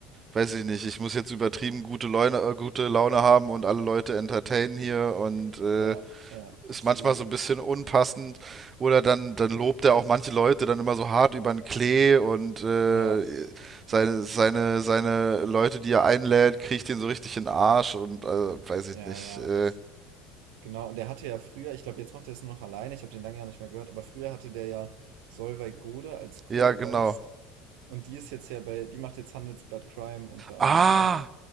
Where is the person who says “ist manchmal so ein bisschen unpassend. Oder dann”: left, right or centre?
Right